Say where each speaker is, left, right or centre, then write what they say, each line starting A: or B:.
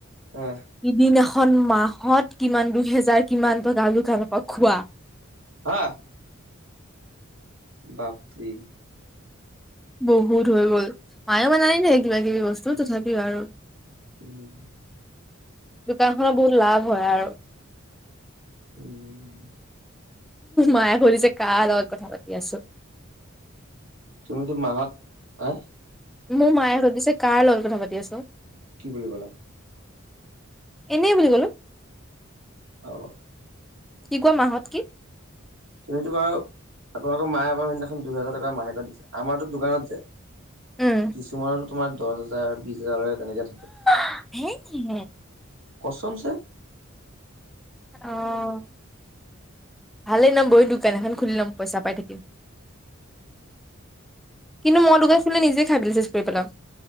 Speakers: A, on the right (about 80°); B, in the centre.
A: অহ।
B: সিদিনা খন মাহত কিমান দুই হেজাৰ কিমানটো তাৰ দোকানৰ পৰা খোৱা।
A: হা বাপৰি।
B: বহুত হৈ গ'ল মায়েও মানে আনি থাকে কিবা কিবি বস্তু তথাপিও আৰু।
A: উম।
B: দোকান খনত বহুত লাভ হয় আৰু।
A: উম।
B: মায়ে সুধিছে কাৰ লগত কথা পাতি আছো।
A: তুমিতো মাহত হা
B: মোৰ মায়ে সুধিছে কাৰ লগত কথা পাতি আছ?
A: কি বুলি ক'লা?
B: এনেই বুলি ক'লো।
A: অ
B: কি কোৱা মাহঁত কি?
A: তুমিতো বাৰু আপোনালোকৰ মায়ে বাৰু সেইদিনাখন দুহেজাৰ টকা মাহেকত দিছে। আমাৰতো দোকানত যে
B: উম
A: কিছুমানৰতো তোমাৰ দহ হাজাৰ বিশ হাজাৰলৈকে তেনেকে থাকে।
B: <unintelligible>
A: কচমছে।
B: অহ ভালেই ন মইয়ো দোকান এখন খুলি ল'ম পইচা পাই থাকিম। কিন্তু মই দোকান খুলিলে নিজে খাই পেলাই চেচ কৰি পেলাম।